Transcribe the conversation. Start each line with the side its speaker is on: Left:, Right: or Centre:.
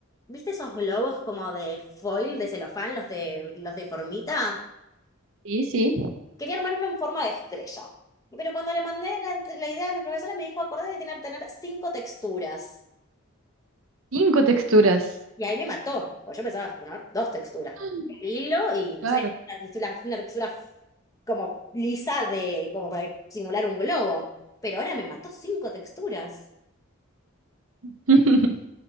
Left: ¿Viste esos globos como de foil, de celofán, los de, los de formita?
Right: Sí, sí.
Left: Quería armar uno en forma de estrella. Pero cuando le mandé la, la idea a mi profesora, me dijo, acordate que tiene que tener cinco texturas.
Right: Cinco texturas.
Left: Y ahí me mató, porque yo pensaba poner dos texturas.
Right: Mm,
Left: El hilo y, no
Right: Claro.
Left: sé, una textura, una textura como lisa de, como para simular un globo. Pero ahora me mató cinco texturas.
Right: <laughs>